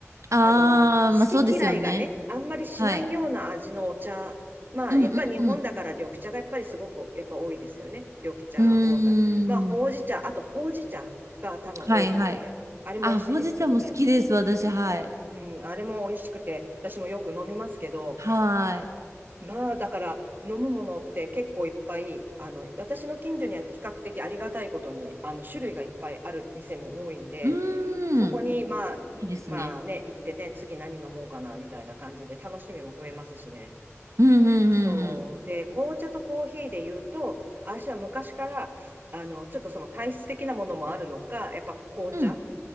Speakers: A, on the right; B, on the right.
A: あー、
B: あの、好き嫌いがね、
A: まあそうですよね。
B: あんまりしないような味のお茶。
A: はい。
B: まあ、
A: うん、
B: やっぱり日本だから緑茶がやっぱりすごく、
A: うん、
B: やっぱ多いですよね。緑茶多かまあ、
A: うん。
B: ほうじ茶、
A: うーん。
B: あとほうじ茶が多分多くて、
A: はいはい。
B: あれも美味しいですけどね。
A: あ、ほうじ茶も好きです、私、はい。
B: うん、あれも美味しくて、私もよく飲みますけど、
A: はい。
B: まあ、だから、飲むものって結構いっぱい、あの、私の近所には比較的ありがたいことに、あの、種類がいっぱいある店も多いんで、
A: うーん。
B: そこに、まあ、
A: いいですね。
B: まあね、行ってね、次何飲もうかな、みたいな感じで、楽しみも増えますしね。
A: うん、うん、
B: そう。
A: うん
B: で、紅茶とコーヒーで言うと、私は昔から、あの、ちょっとその体質的なものもあるのか、やっぱ紅茶
A: うん、うん。